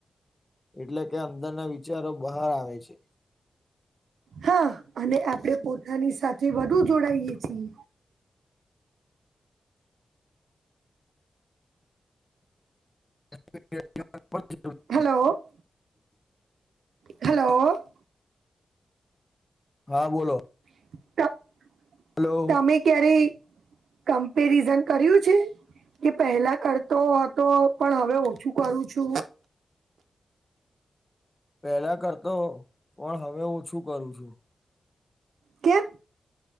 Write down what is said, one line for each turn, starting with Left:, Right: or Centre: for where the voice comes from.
Left: એટલે કે અંદરના વિચારો બહાર આવે છે.
Right: હા અને આપણે પોતાની સાથે વધુ જોડાઈએ છીએ.
Left: <inaudible> <inaudible>
Right: હેલો. હલો.
Left: હા બોલો.
Right: <inaudible>
Left: હલો.
Right: અમે ક્યારે કમ્પેરિઝન કર્યું છે. કે પહેલા કરતો હતો પણ હવે ઓછું કરું છું.
Left: પેલા કરતો પણ હવે ઓછું કરું છું.
Right: કેમ.